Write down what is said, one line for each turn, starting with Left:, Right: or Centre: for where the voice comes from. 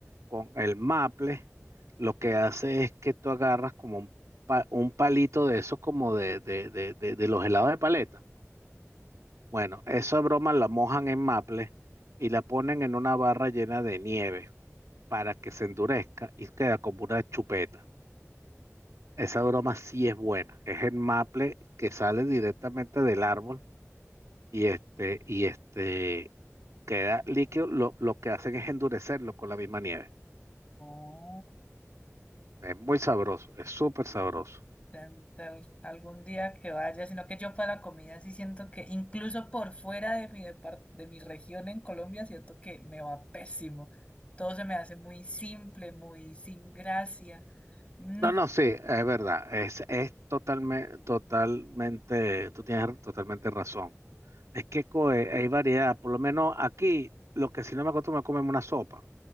Right: con el maple, lo que hace es que tú agarras como un, pa- un palito de esos como de, de, de, de, de los helados de paleta. Bueno, esa broma la mojan en maple y la ponen en una barra llena de nieve para que se endurezca y queda como una chupeta. Esa broma sí es buena. Es el maple que sale directamente del árbol y este, y este. queda líquido, lo, lo que hacen es endurecerlo con la misma nieve.
Left: ujú.
Right: Es muy sabroso, es súper sabroso.
Left: tan- tal- algún día que vaya, sino que yo para la comida sí siento que incluso por fuera de mi, depar- de mi región en Colombia siento que me va pésimo. Todo se me hace muy simple, muy sin gracia. No,
Right: No, no, sí, es verdad, es, es totalmente, totalmente, tú tienes totalmente razón. Es que coe, hay variedad, por lo menos aquí, lo que si no me acostumbro a comerme una sopa.